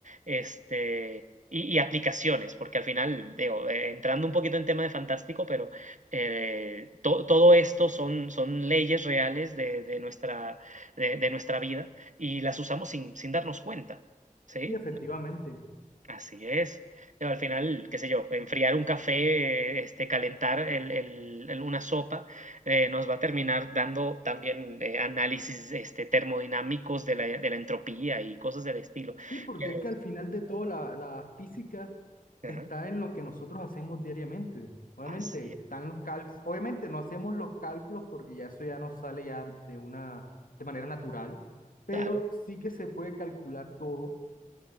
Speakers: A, on the right; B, on the left.
A: este, y, y aplicaciones, porque al final, digo, eh, entrando un poquito en tema de fantástico, pero eh, to- todo esto son, son leyes reales de, de nuestra, de, de nuestra vida y las usamos sin, sin darnos cuenta, ¿sí?
B: Sí, efectivamente.
A: Así es. Digo, al final, qué sé yo, enfriar un café, este, calentar el- el- el- una sopa, eh, nos va a terminar dando también eh, análisis este, termodinámicos de la, de la entropía y cosas del estilo.
B: Sí, porque
A: Pero-
B: es que al final de todo la, la física
A: ajá,
B: está en lo que nosotros hacemos diariamente. Obviamente
A: así
B: están
A: es,
B: los cálculos, obviamente no hacemos los cálculos porque ya eso ya nos sale ya de una de manera natural, pero
A: claro.
B: sí que se puede calcular todo.